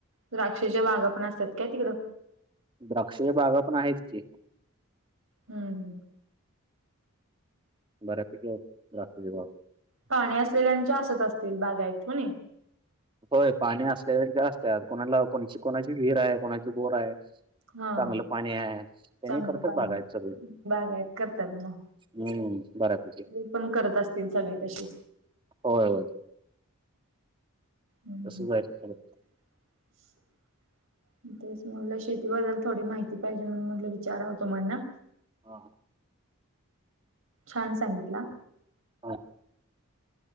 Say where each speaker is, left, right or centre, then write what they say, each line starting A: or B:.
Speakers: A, on the right; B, on the right.
A: द्राक्षच्या बागा पण असतात काय तिकडं?
B: द्राक्षच्या बागा पण आहेत की.
A: हम्म.
B: बऱ्यापैकी आहेत द्राक्षाच्या बागा.
A: पाणी असलेल्यांच्या असत असतील बागयत हो नी?
B: होय पाणी असल्यालांच्या असत्यात कोणाला कोणाची कोणाची विहीर आहे कोणाची बोर आहे.
A: हा
B: चांगलं पाणी आहे त्यांनी
A: चांगलं
B: करतात
A: पाणी
B: बागायत सगळी.
A: बागायत करतात मग.
B: हम्म बऱ्यापैकी
A: हे पण करत असतील सगळे तसे.
B: होय होय.
A: हम्म.
B: तसं आहे ते खरं.
A: <unintelligible> तेच म्हणलं शेतीबद्दल थोडी माहिती पाहिजे म्हणून म्हणलं विचारावं तुम्हाला.
B: हा हा.
A: छान सांगितला.
B: हा.